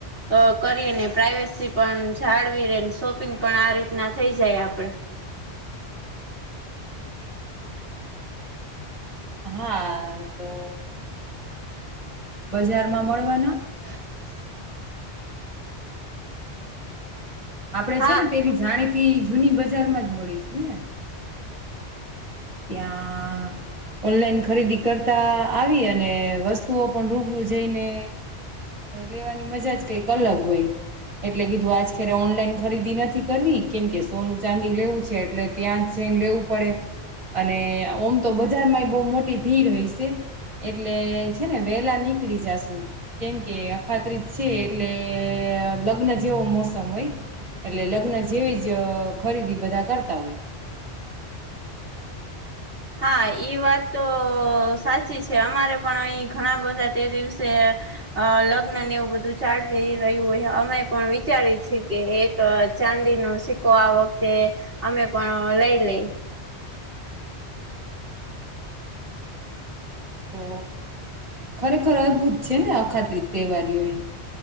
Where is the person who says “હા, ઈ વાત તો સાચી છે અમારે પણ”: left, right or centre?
Right